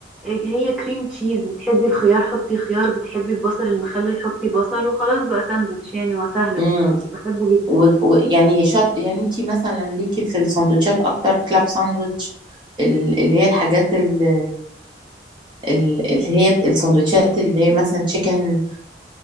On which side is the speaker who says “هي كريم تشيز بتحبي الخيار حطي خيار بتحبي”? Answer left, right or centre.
Centre